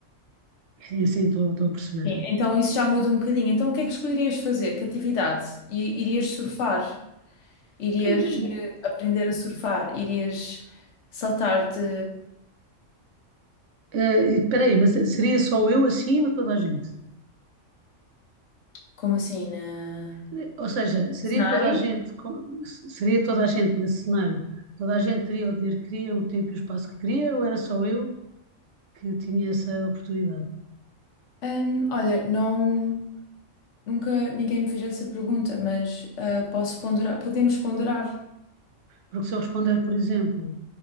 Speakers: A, on the right (about 75°); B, on the left (about 70°).
A: Sim, sim, estou estou a perceber.
B: Sim, Então isso já muda um bocadinho. Então o que é que escolherias fazer? Que atividade? E irias surfar? Irias
A: Eh,
B: eh, aprender a surfar, irias saltar de,
A: eh, e Espera aí, mas seria só eu assim ou toda a gente?
B: como assim, na...
A: Eh, Ou seja, seria
B: cenário?
A: toda a gente, com- se- seria toda a gente nesse cenário, toda a gente teria o dinheiro que queria, o tempo e o espaço que queria, ou era só eu que tinha essa oportunidade?
B: Hum, olha, não, nunca ninguém me fez essa pergunta, mas ah, posso ponderar, podemos ponderar.
A: Porque se eu responder, por exemplo,